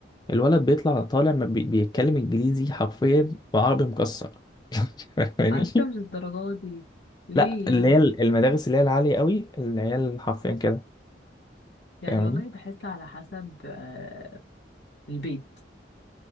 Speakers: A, on the left; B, on the left.
A: الولد بيطلع طالع ما بي- بيتكلم إنجليزي حرفيا وعربي مكسر <laughs> فاهماني
B: على فكرة مش الدرجات دي ليه
A: لا اللي
B: يعني
A: هي المدارس اللي هي العالية قوي اللي هي حرفيا كده
B: يعني
A: فاهماني
B: والله بحس على حسب آه، البيت